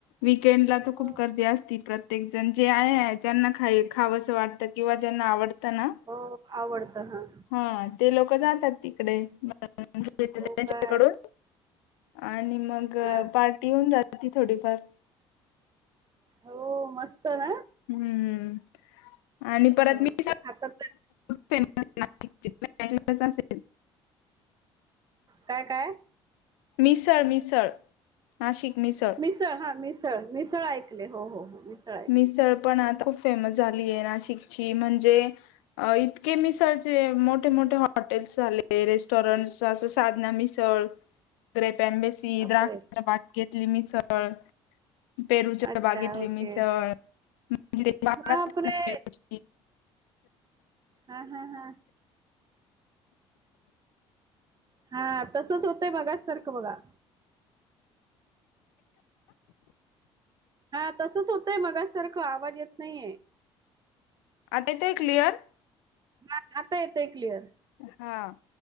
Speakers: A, on the left; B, on the right.
A: वीकेंड ला तर
B: हो
A: खूप गर्दी असती प्रत्येक जण जे आहे ज्यांना खाई खावंसं वाटतं किंवा ज्यांना आवडतं ना
B: हो आवडतं हा
A: हा ते लोक जातात तिकडे त्यांच्याकडून
B: हो काय
A: आणि मग
B: हा
A: पार्टी होऊन जात ती थोडीफार
B: हो मस्त ना
A: हम्म आणि परत
B: अं,
A: मी
B: ते खातात ते-
A: फेमस <unintelligible>
B: काय काय?
A: मिसळ मिसळ नाशिक मिसळ
B: मिसळ हा मिसळ मिसळ ऐकले हो हो हो मिसळ ऐकले.
A: मिसळ पण आता खूप फेमस झालीय नाशिकची म्हणजे अ इतके मिसाळचे मोठे मोठे हॉटेल्स झाले रेस्टॉरंट्स असं साधना मिस चळे पॅम्बेस
B: बापरे
A: द्रास बाग घेतली मिसळ पेरूच्या
B: अच्छा
A: बागेतली
B: ओके
A: मिसळ म्हज
B: बापरे! हा हा हा हा तसच होतंय बघ सारखं बघा हा तसच होतंय मग सारखं आवाज येत नाहीये
A: आता येतय क्लिअर
B: ह आता येतंय क्लिअर
A: हा